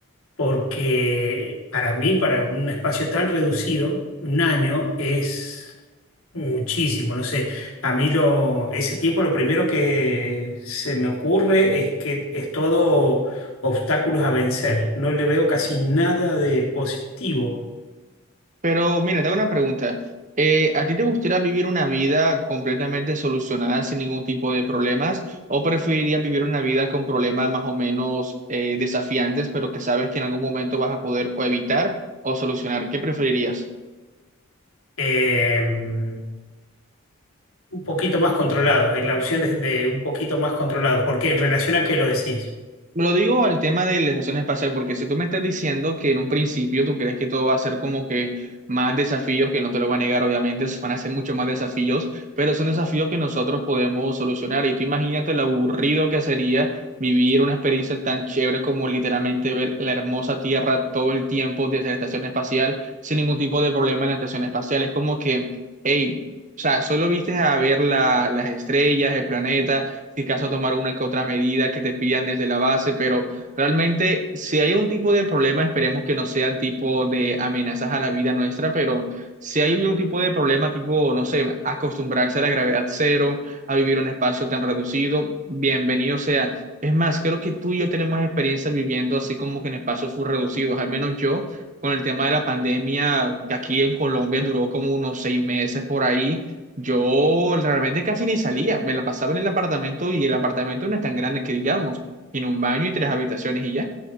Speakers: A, on the left; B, on the right.
A: porque para mí, para un espacio tan reducido, un año es Muchísimo, no sé. A mí lo, ese tiempo lo primero que se me ocurre es que es todo obstáculos a vencer. No le veo casi nada de positivo.
B: Pero mira, te hago una pregunta. Eh, ¿a ti te gustaría vivir una vida completamente solucionada sin ningún tipo de problemas? ¿O preferirías vivir una vida con problemas más o menos eh, desafiantes, pero que sabes que en algún momento vas a poder o evitar o solucionar? ¿Qué preferirías?
A: Eh, un poquito más controlado, es la opción de, de un poquito más controlado. ¿Por qué? En relación a qué lo decís.
B: Lo digo al tema de la estación espacial, porque si tú me estás diciendo que en un principio tú crees que todo va a ser como que más desafíos, que no te lo voy a negar, obviamente, van a ser mucho más desafíos, pero son desafíos que nosotros podemos solucionar. Y tú imagínate lo aburrido que sería vivir una experiencia tan chévere como literalmente ver la hermosa Tierra todo el tiempo desde la estación espacial, sin ningún tipo de problema en la estación espacial. Es como que, hey, o sea, solo viste a ver la- las estrellas, el planeta si caso tomar una que otra medida que te pidan desde la base, pero realmente si hay un tipo de problema, esperemos que no sean tipo de amenazas a la vida nuestra, pero si hay un tipo de problema tipo, no sé, acostumbrarse a la gravedad cero, a vivir un espacio tan reducido, bienvenido sea. Es más, creo que tú y yo tenemos experiencia viviendo así como que en espacios full reducidos, al menos yo con el tema de la pandemia, que aquí en Colombia duró como unos seis meses por ahí, yo realmente casi ni salía, me la pasaba en el apartamento y el apartamento no es tan grande que digamos, tiene un baño y tres habitaciones y ya.